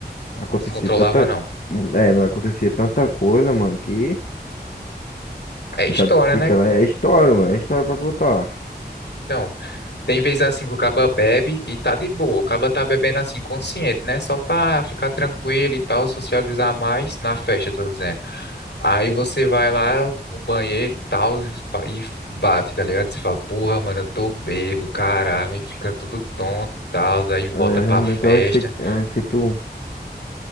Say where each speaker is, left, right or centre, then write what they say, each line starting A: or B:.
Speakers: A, on the left; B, on the left.
A: Acontecia
B: descontrolava
A: tanta.
B: não.
A: É, não acontecia tanta coisa, mano, que
B: É
A: fica,
B: história,
A: fica,
B: né?
A: né? É história, mano. É história pra contar.
B: Então, tem vez assim que o caba bebe e tá de boa. O caba tá bebendo assim, consciente, né? Só pra ficar tranquilo e tal, socializar mais na festa, tô dizendo. Aí você vai lá no banheiro e tal, e fa- e bate, tá ligado? Você fala, porra, mano, eu tô bebo, caralho, e fica tudo tonto e tal, aí
A: É,
B: volta pra
A: realmente
B: festa.
A: é um efeito, é um efeito.